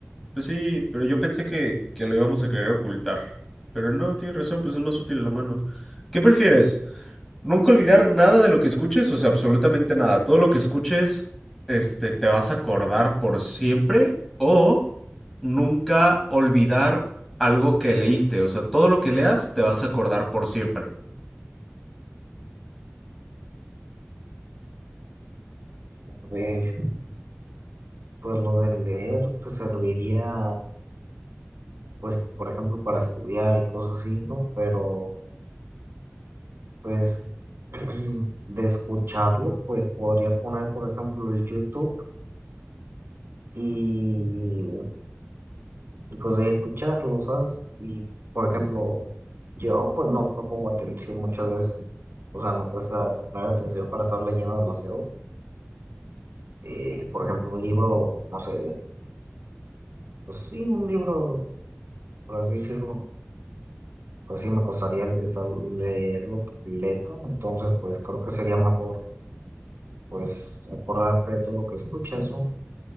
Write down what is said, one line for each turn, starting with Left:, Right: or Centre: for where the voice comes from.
Centre: pues sí, pero yo pensé que, que lo íbamos a querer ocultar. Pero no, tienes razón, pues es más útil la mano. ¿Qué prefieres? Nunca olvidar nada de lo que escuches, o sea, absolutamente nada. Todo lo que escuches, este, te vas a acordar por siempre o nunca olvidar algo que leíste, o sea, todo lo que leas te vas a acordar por siempre.
Right: A ver, pues lo de leer te serviría pues, por ejemplo, para estudiar y cosas así, ¿no? Pero, pues, <clears throat> de escucharlo, pues podrías poner, por ejemplo, el YouTube y, y, pues ahí escucharlo, ¿sabes? Y, por ejemplo, yo pues no, no pongo atención muchas veces, o sea, me cuesta poner atención para estar leyendo demasiado. Eh, por ejemplo, un libro, no sé, pues sí, un libro, por así decirlo, pues sí, me costaría el- estar- leerlo completo, entonces pues creo que sería mejor pues acordarte de todo lo que escuchas, ¿no?